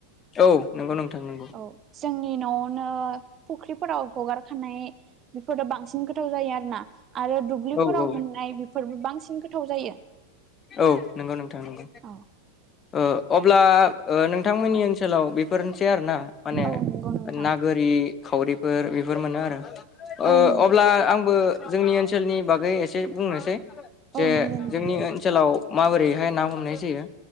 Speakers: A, on the left; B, on the right.
A: औ नंगौ नोंथां नंगौ
B: औ जोंनि नआवनो फुख्रिफोराव हगार खानाय बेफोर बांसिन गोथाव जायो आरो ना आरो दुब्लिफोराव
A: औ औ
B: मोननाय बेफोरबो बांसिन गोथाव जायो
A: औ नंगौ नोंथां नंगौ
B: औ
A: ओ अब्ला नोंथांमोननि ओनसोलाव बे बेफोरनोसै आरो ना माने
B: औ नंगौ नोंथां
A: ना गोरि खावरिफोर बेफोर मोनो आरो
B: औ
A: ओ
B: नंगौ
A: अब्ला आंबो जोंनि ओनसोलनि बागै एसे बुंनोसै जे
B: औ नंगौ नोंथां
A: जोंनि ओनसोलाव माबोरैहाय ना हमनाय जायो